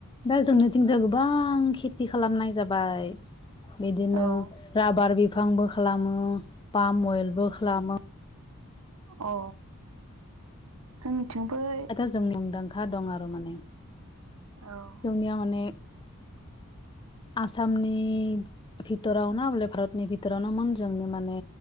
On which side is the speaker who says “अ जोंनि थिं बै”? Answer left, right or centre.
Right